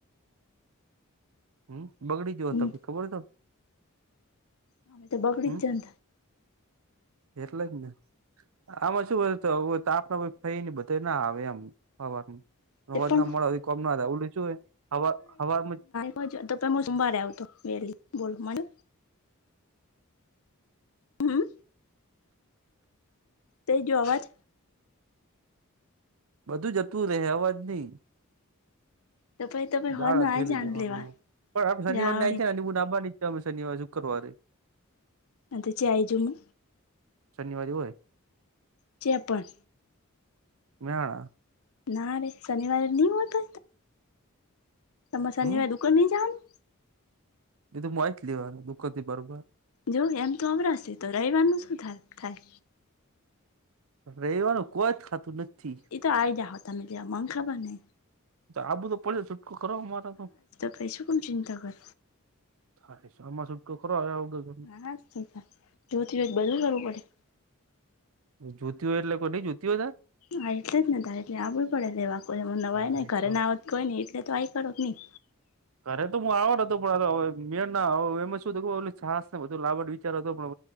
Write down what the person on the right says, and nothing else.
હમ્મ બગડી જોયો
તમને ખબર ત.
હમ
એટલે જ ને. આમાં શું તાપ ફઈને બધા ના આવે એમ. હવારમાં.
અવાજ
ના મળવા કોમ ના થાય ઓલું શું હ હવા માંજ.
બધું જતું રહે અવાજ નહી.
દાળ
થેલી જવાનું
પણ આપે શનિવાર
ને આવી છેને બુ નાબવાની. અમે શનિવારે, શુકરવારે.
શનિવારી હોય.
મેળા.
હમ
એ તો મું આઈ જ લેવાને દૂકોન થી બારોબાર.
રવિવારે કોઈ જ થાતું નથી.
આ બુંધ તો પડે છુટકો કરવા મારે તો.
હાલે એમાં <unintelligible> ઉભો.
જોટી હોય એટલે કોઈ નઈ જુત હોત.
તારે
શું
ઘરે તો હું આવાનો હતો પણ મે એ શું છાસ ને બધું લાવવા વિચાર હતો, પણ